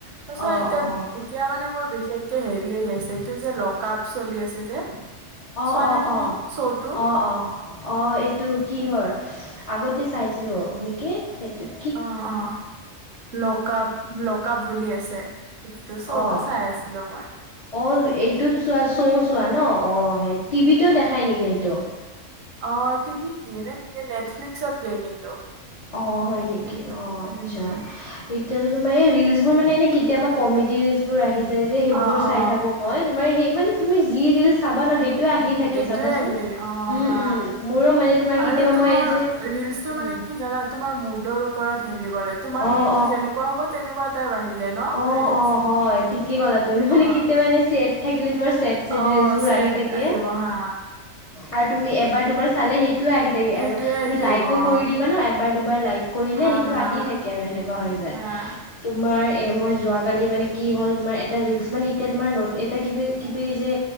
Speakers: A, on the right; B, on the left.
A: তাৰছত
B: অ'
A: এতিয়া
B: অ' অ'
A: এতিয়া মানে মোৰ বিশেষকে হেৰি আহি আছে এইটো যে লক আপ চলি আছে যে।
B: অ',
A: চোৱানে
B: অ', অ',
A: তুমি শ্ব'টো
B: অ', অ', অ' এইটো কি হয়? আগতে চাইছিলোঁ নেকি সেইটোত
A: অ', অ' লক আপ লক আপ বুলি আছে। সেটো শ্ব'তো
B: অ'
A: চাই আছিলো মই।
B: অ' এইটোত চোৱা শ্ব' চোৱা ন'? অ' সেই টিভিতো দেখাই নেকি সেইটো?
A: অ' টিভিত দিয়ে নে নিদিয়ে নেটফ্লিক্সত দিয়ে কিন্তু।
B: অ' হয় নেকি
A: সেইটো
B: অ' আচ্ছা।
A: উম
B: এতিয়াতো তোমাৰ এই ৰিলচবোৰ মানে এনেই কেতিয়াবা কমেডি ৰিলচবোৰ আহি যায় যে সেইবোৰ
A: অ
B: চাই
A: অ
B: থাকো। মই তোমাৰ সেই মানে তুমি যি ৰিল চাবা ন সেইটোয়ে আহি থাকে
A: সেইটোয়ে
B: চাবাচোন
A: আহি থাকে অ
B: উম
A: হা
B: উম মোৰো মানে তোমাৰ
A: আৰু
B: কেতিয়াবা
A: তোমাৰ
B: মই এই যে
A: ৰিলচটো
B: উম
A: মানে কি জানা? তোমাৰ মুডৰ ওপৰত হেৰি কৰে তোমাৰ
B: অঁ
A: মুডতো যেনেকুৱা হ'ব তেনেকুৱা এটাই আহি যায় ন।
B: অ',
A: ৰিলচ
B: অ' হয় ঠিকে ক'লা তুমি
A: অ
B: মানে কেতিয়াবা এ চেট থাকিলে তোমাৰ চেট চেট
A: অ
B: ৰিলস বোৰ
A: চেদ
B: আহি থাকে
A: আহিব হা
B: আৰু তুমি এবাৰ দুবাৰ চালে সেইেটোৱে আহি কেই
A: সেইটোয়ে
B: আৰু
A: আহি
B: তুমি
A: থাকিব
B: লাইকো
A: অ
B: কৰি দিবা ন, এবাৰ দুবাৰ লাইক কৰিলে
A: হা
B: সেইটো
A: হা
B: আহি থাকে আৰু সেনেকুৱা হৈ যায়।
A: হা
B: তোমাৰ? এ মই যোৱাকালি মানে কি হ'ল, তোমাৰ এটা ৰিলচ মানে এতিয়া তোমাৰ নোট এটা কিবি কিবি যে